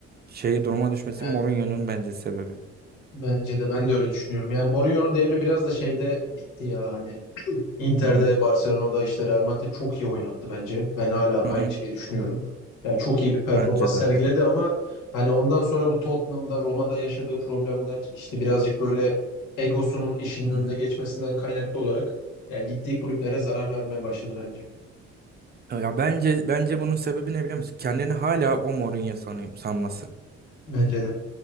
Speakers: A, on the right; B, on the left.
A: şey duruma düşmesi
B: yani
A: Mourinho'nun bence sebebi.
B: bence de ben de öyle düşünüyorum. Yani Mourinho'nun devri biraz da şeyde bitti ya hani Inter'de,
A: Hı hı.
B: Barcelona'da işte Real Madrid çok iyi oynattı bence. Ben hala aynı
A: Hı hı.
B: şeyi düşünüyorum. Yani çok iyi bir performans
A: Bence de
B: sergiledi
A: öyle.
B: ama hani ondan sonra bu Tottenham'da, Roma'da yaşadığı problemler işte birazcık böyle egosunun işinin
A: Hı
B: önüne
A: hı.
B: geçmesinden kaynaklı olarak ya gittiği kulüplere zarar vermeye başladı bence.
A: Ya bence bence bunun sebebi ne biliyor musun? Kendini hala o Mourinho sanıyor, sanması.
B: Bence de.